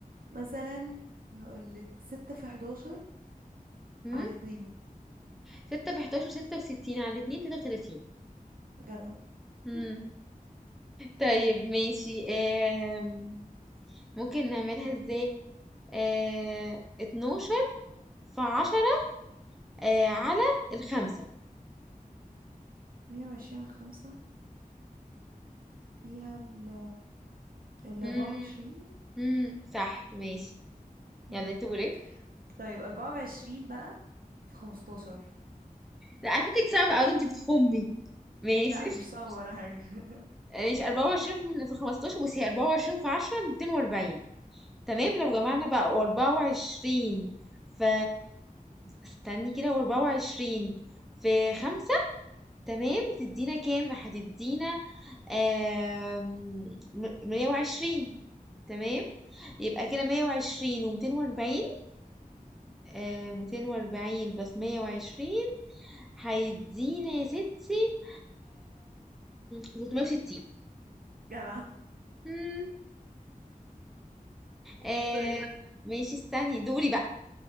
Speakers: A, on the right; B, in the centre.
A: مثلا هقولك ستة في حداشر
B: هم؟
A: على اتنين
B: 6 في 11 66 على الاتنين 33
A: جدع
B: هم.
A: <laughs>
B: طيب ماشي آم... ممكن نعملها ازاي آه... 12 في 10 آه... على الخمسة
A: مية وعشرين على خمسة فيها ال ال
B: هم.
A: أربعة وعشرين
B: هم. صح ماشي
A: مم.
B: يلا دورك
A: طيب أربعة وعشرين بقى في خمستاشر
B: لا على فكرة دي صعبة قوي انت بتخمي ماشي
A: لا مش صعبة
B: <laughs>
A: ولا حاجة <laughs>
B: ماشي 24 في 15 بصي هي 24 في 10 240 تمام لو جمعنا بقى وأربعة وعشرين في استني كده وأربعة وعشرين في خمسة تمام تدينا كام هتدينا آم، م- مية وعشرين تمام يبقى كده مية وعشرين ومتين وأربعين آه، ميتين وأربعين بلس مية وعشرين هيدينا يا ستي تلتمية وستين
A: جدع
B: مم. آه
A: طيب
B: ماشي استني دوري بقى